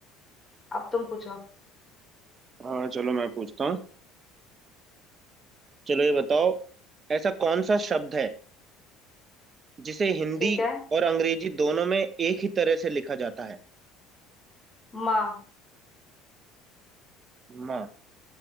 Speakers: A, on the left; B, on the right.
A: अब तुम पूछो
B: हाँ चलो मैं पूछता हूँ चलो ये बताओ ऐसा कौन सा शब्द है जिसे हिंदी
A: ठीक है
B: और अंग्रेजी दोनों में एक ही तरह से लिखा जाता है
A: माँ
B: माँ